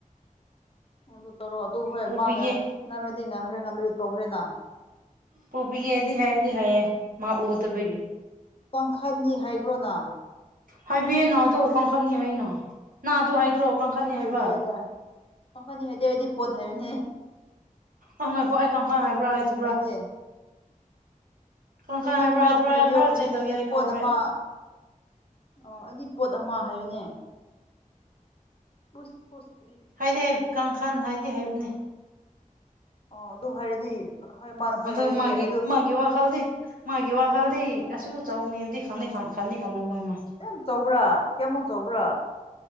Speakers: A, on the left; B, on the right.
A: ꯑ‌ꯣ ꯑꯗꯨ ꯇꯧꯔꯣ ꯑꯗꯨ ꯍꯣꯏ
B: ꯄꯨꯕꯤꯒꯦ
A: ꯃꯥꯅ ꯉꯝꯃꯗꯤ ꯉꯝꯈ꯭ꯔꯦ ꯉꯝꯗ꯭ꯔ ꯇꯣꯈ꯭ꯔꯦꯅ
B: ꯄꯨꯕꯤꯒꯦꯗꯤ ꯍꯥꯏꯗꯤ ꯍꯥꯏꯌꯦ ꯃꯥ ꯎꯗꯕꯒꯤ
A: ꯀꯥꯡꯈꯟꯅꯤ ꯍꯥꯏꯒ꯭ꯔꯣꯅ
B: ꯍꯥꯏꯕꯤꯌꯦ ꯅ ꯑꯗꯣ ꯀꯥꯡꯈꯟꯅꯤ ꯍꯥꯏꯅ ꯅ ꯑꯗꯨ ꯍꯥꯏꯗ꯭ꯔꯣ ꯀꯥꯡꯈꯟꯅꯤ
A: ꯑꯗꯨ ꯍꯥꯏꯔꯗꯤ
B: ꯍꯥꯏꯕ
A: ꯌꯥꯔꯦ ꯀꯥꯡꯈꯟꯅꯤ ꯍꯥꯏꯗ‌ꯦ ꯑꯩꯗꯤ ꯄꯣꯠ ꯍꯥꯏꯕꯅꯦ
B: ꯑꯪ ꯉꯥꯏꯈꯣ ꯑꯩ ꯀꯥꯡꯈꯟ ꯍꯥꯏꯕ꯭ꯔꯥ ꯍꯥꯏꯗꯕ꯭ꯔꯥ
A: ꯑꯦ
B: ꯀꯥꯡꯈꯟ
A: ꯀꯩꯅꯣꯝꯃ
B: ꯍꯥꯏꯕ꯭ꯔꯥ ꯍꯥꯏꯗꯕ꯭ꯔꯥ
A: ꯄꯨꯕꯤꯌꯣ
B: ꯑꯩ ꯑꯃꯔꯛ
A: ꯍꯥꯏꯅꯤ
B: ꯆꯦꯛ ꯇꯧꯒꯦ
A: ꯑꯩꯒꯤ
B: ꯑꯩ
A: ꯄꯣꯠ
B: ꯀꯥꯎꯈ꯭ꯔꯦ
A: ꯑꯃꯥ ꯑꯣ ꯑꯩꯗꯤ ꯄꯣꯠ ꯑꯃꯥ ꯍꯥꯏꯕꯅꯦ ꯀꯨꯁ ꯐꯨꯁ ꯄꯨꯔꯤ ꯗꯨꯗ
B: ꯍꯥꯏꯗꯤ
A: ꯗꯤ
B: ꯀꯥꯡꯈꯟ ꯍꯥꯏꯗꯤ ꯍꯩꯕꯅ‌ꯦ
A: ꯑꯣ ꯑꯗꯨ ꯍꯥꯏꯔꯗꯤ ꯍꯣꯏ ꯃꯥꯅ ꯍꯣꯏ
B: ꯑꯗꯨꯝ
A: ꯍꯥꯏꯔꯗꯤ
B: ꯃꯥꯒꯤ
A: ꯌꯥꯔꯦ ꯑꯗꯨ
B: ꯃꯥꯒꯤ ꯋꯥ
A: ꯄꯣꯠ
B: ꯈꯜꯗꯤ ꯃꯥꯒꯤ ꯋꯥꯈꯜꯗꯤ ꯑꯁꯤ ꯃꯨ ꯆꯥꯎꯕꯅꯦꯗꯤ ꯈꯪ ꯅꯤ ꯈꯟ ꯈꯟꯅꯤ ꯈꯂꯝ ꯃꯣꯏ ꯃꯥ
A: ꯌꯥꯝ ꯆꯥꯎꯕ꯭ꯔꯥ ꯀꯌꯥꯝ ꯃꯨꯛ ꯆꯥꯎꯕ꯭ꯔꯥ